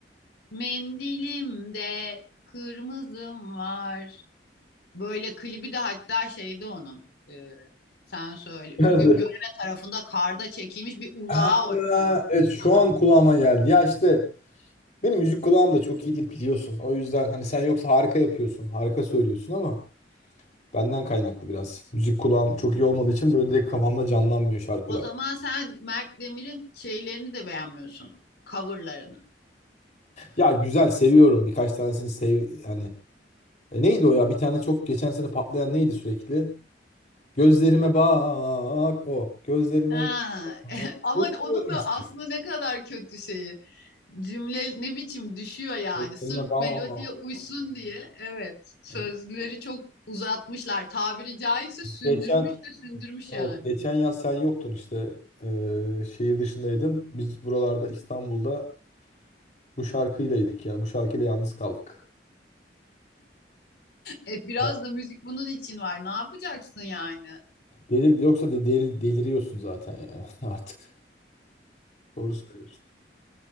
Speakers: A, on the left (about 65°); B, on the left (about 45°).
A: Mendilimde kırmızım var. Böyle klibi de hatta şeyde onun e, sen söyle Ürgüp
B: Nerede?
A: Göreme tarafında karda çekilmiş bir ulağa
B: Aa,
A: oynuyor.
B: evet şu
A: Haber.
B: an kulağıma geldi. Ya işte benim müzik kulağım da çok iyi değil biliyorsun. O yüzden hani sen yoksa harika yapıyorsun. Harika söylüyorsun ama benden kaynaklı biraz. Müzik kulağım çok iyi olmadığı için böyle direkt kafamda canlanmıyor şarkılar.
A: O zaman sen Mert Demir'in şeylerini de beğenmiyorsun. Coverlarını.
B: Ya güzel seviyorum. Birkaç tanesini sev hani E, neydi o ya? Bir tane çok geçen sene patlayan neydi sürekli? Gözlerime bak o. Gözlerime
A: Ha.
B: bak.
A: <laughs> Ama
B: Bunu
A: onun da
B: mesela.
A: aslında ne kadar kötü şeyi. Cümle ne biçim düşüyor yani.
B: Gözlerime
A: Sırf
B: bak.
A: melodiye uysun diye. Evet. Sözleri
B: Hani
A: çok uzatmışlar. Tabiri caizse sündürmüş
B: Geçen
A: de sündürmüş
B: evet
A: yani.
B: geçen yaz sen yoktun işte Ee, şehir dışındaydın. Biz buralarda İstanbul'da bu şarkıylaydık yani bu şarkıyla yalnız kaldık.
A: E, biraz
B: Hayat-
A: da müzik bunun için var. Ne yapacaksın yani?
B: Delir, yoksa de, delir- deliriyorsun zaten ya <laughs> artık. Doğru söylüyorsun.